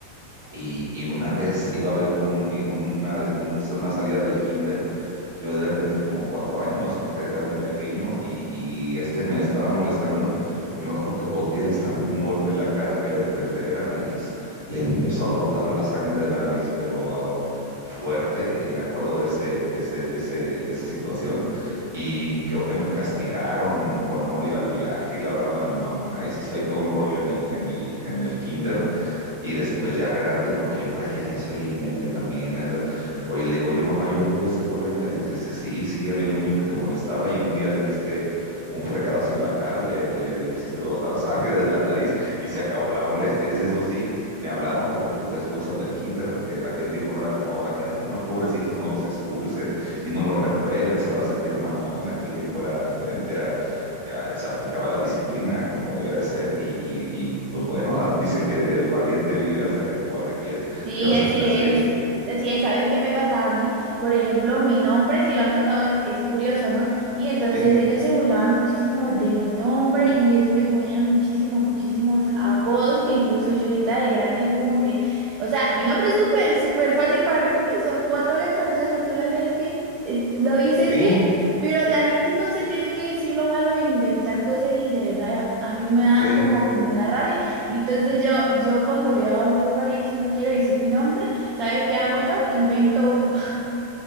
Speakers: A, on the right; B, on the right.
A: y, y una vez iba a haber como un vi- una, de- un- una salida del kinder, yo de haber tenido como cuatro años porque era muy pequeño y, y este me estaba molestando. Y yo me acuerdo que volteé y le estampé un golpe en la cara que le, le fregué la nariz, le empezó a brotar la sangre de la nariz, pero ah, fuerte. Y me acuerdo de ese, de ese, de ese, de esa situación. Y creo que me castigaron con no ir al viaje y le hablaron a mi mamá y se hizo ahí todo un rollo en el, en el, en el kinder y después ya grande, porque yo traía eso ahí en mente también. a esa- Oye, le digo, oye, mamá, yo tuve ese problema. Y dices, sí, sí, había un niño que te molestaba y un día le diste un fregadazo en la cara, le, le, le hiciste brotar <laughs> sangre de la nariz y se acabó la molestia. Dices, eso sí, me hablaron, por poquito te expulsan del kinder, porque en aquel tiempo no era como ahora que, ay, no, pobrecitos, no los expulsen y no los reprueben, se van a sentir mal. No, en aquel tiempo era diferente, era ya, se aplicaba la disciplina como debía de ser y, y, y, pues bueno, as- dicen que el valiente vive hasta que el cobarde quiere.
B: Sí,
A: Ya ves
B: así
A: que está ese
B: es.
A: dicho.
B: Así es, ¿sabes qué me pasaba a mí? Por ejemplo, mi nombre, si lo has notado, es, es curioso, ¿no? Y entonces
A: Sí,
B: ellos se burlaban muchísimo de mi nombre y es- me ponían muchísimos, muchísimos apodos que incluso yo ahorita de grande, yo como que, o sea, mi nombre es súper, súper fácil para mí porque son cuatro letras, o sea, si tú las lees bien, eh, lo dices
A: sí,
B: bien, pero la gente no se tiene que decir lo malo e inventar cosas y de verdad a mí me da
A: sí,
B: como, como una rabia. Y Entonces yo, yo cuando voy a un lugar y eso y no quiero decir mi nombre, ¿sabes qué hago yo? Invento uno. <laughs>